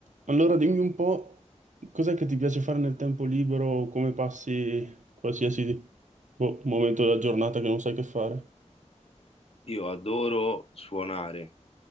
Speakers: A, on the right; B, on the left.
A: Allora dimmi un po' cos'è che ti piace fare nel tempo libero o come passi qualsiasi boh, momento della giornata che non sai che fare.
B: Io adoro suonare,